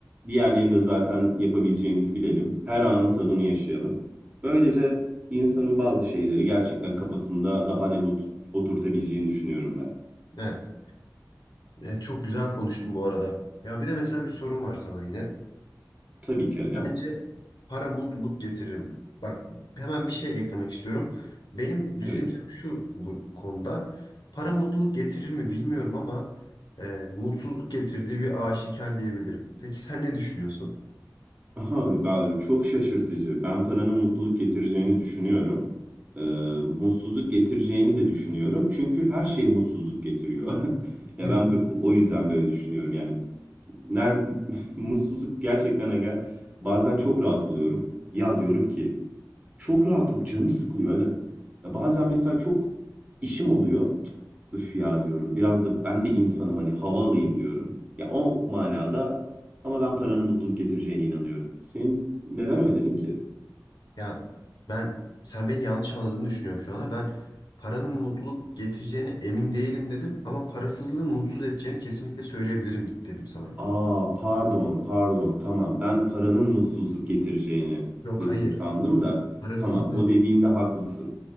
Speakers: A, on the right; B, on the left.
A: Diğerlerini de zaten yapabileceğimizi bilelim. Her anın tadını yaşayalım. Böylece insanın bazı şeyleri gerçekten kafasında daha net otur- oturtabileceğini düşünüyorum ben.
B: Evet. E, çok güzel konuştun bu arada. Ya bir de mesela bir sorum var sana yine.
A: Tabii ki Agam.
B: Bence para mutluluk getirir mi? Bak hemen bir şey eklemek istiyorum. Benim düşüncem
A: Evet.
B: şu bu konuda. Para mutluluk getirir mi bilmiyorum ama e, mutsuzluk getirdiği bir aşikar diyebilirim. Peki sen ne düşünüyorsun?
A: Aha, ben- çok şaşırtıcı. Ben paranın mutluluk getireceğini düşünüyorum. Ee, mutsuzluk getireceğini de düşünüyorum. Çünkü her şey mutsuzluk getiriyor. <laughs> Ya
B: <laughs>
A: ben bu- o yüzden böyle düşünüyorum. Yani nerede <laughs> mutsuzluk gerçekten aga bazen çok rahat oluyorum. Ya diyorum ki çok rahatım canım sıkılıyor aga. Ya bazen mesela çok işim oluyor. Üf ya diyorum. Biraz da ben de insanım hani hava alayım diyorum. Ya o manada ama ben paranın mutluluk getireceğine inanıyorum. Senin neden öyle dedin ki?
B: Ya ben sen beni yanlış anladığını düşünüyorum şu anda. Ben paranın mutluluk getireceğine emin değilim dedim ama parasızlığın mutsuz edeceğini kesinlikle söyleyebilirim dedim sana.
A: Aa pardon pardon tamam ben paranın mutsuzluk getireceğini
B: Yok
A: dedin
B: hayır.
A: sandım da
B: Parasızlığın.
A: tamam o dediğinde haklısın.